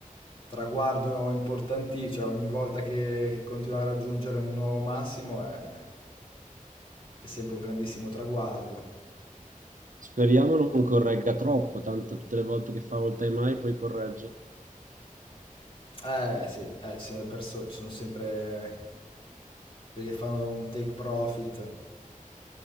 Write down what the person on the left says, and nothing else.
traguardo importantissimo. Cioè, ogni volta che, che continuiamo a raggiungere un nuovo massimo è, è sempre un grandissimo traguardo.
Eh, sì, eh, ci sono perso- ci sono sempre quelli che fanno un take profit,